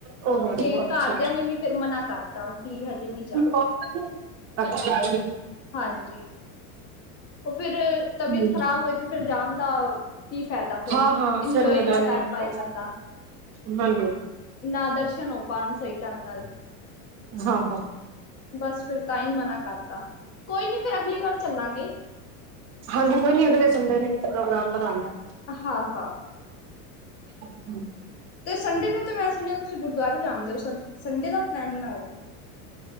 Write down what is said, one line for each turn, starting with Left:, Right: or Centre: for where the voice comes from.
Right: ਓ ਹੋ ਹੋ
Left: ਤੇ
Right: ਅੱਛਾ
Left: ਘਾਰ ਦੇਆਂ ਨੇ ਵੀ ਫੇਰ ਮਨਾ ਕਰਤਾ ਕਿ ਹਜੇ ਨਈ ਜਾਣਾ।
Right: ਅੱਛਾ ਅੱਛਾ ਅੱਛਾ।
Left: ਹਾਂਜੀ, ਓ ਫਿਰ ਤਬੀਅਤ
Right: ਹਾਂਜੀ
Left: ਖ਼ਰਾਬ ਹੋਈ ਤੇ ਫਿਰ ਜਾਣ ਦਾ ਕੀ ਫੈਦਾ ਫਿਰ,
Right: ਹਾਂ ਹਾਂ
Left: ਇੰਜੋਏ
Right: ਫਿਰ ਮਜ਼ਾ
Left: ਨਾ
Right: ਨੀ
Left: ਕਰ
Right: ਆਂਦਾ
Left: ਪਾਏ ਬੰਦਾ।
Right: <inaudible>
Left: ਨਾ ਦਰਸ਼ਨ ਹੋ ਪਾਨ ਸਹੀ ਢਂਗ ਨਾਲ
Right: ਹਾਂ-ਹਾਂ।
Left: ਬਸ ਫੇਰ ਤਾਂ ਈ ਮਨਾ ਕਰਤਾ ਕੋਈ ਨੀ ਫੇਰ ਅਗਲੀ ਵਾਰ ਚੱਲਾਂਗੇ।
Right: ਹਾਂਜੀ ਕੋਈ ਨੀ ਅਗਲੇ ਸੰਡੇ ਨੂੰ ਪ੍ਰੋਗਰਾਮ ਬਣਾਦੇ ਆ।
Left: ਹਾ-ਹਾ।
Right: ਹਾਂ
Left: ਤੇ ਸੰਡੇ ਨੂੰ ਤੇ ਮੈਂ ਸੁਣਿਆ ਤੁਸੀਂ ਗੁਰਦੁਆਰੇ ਜਾਂਦੇ ਓ ਸੰਡੇ ਦਾ ਪਲੈਨ ਬਣਾਓਗੇ।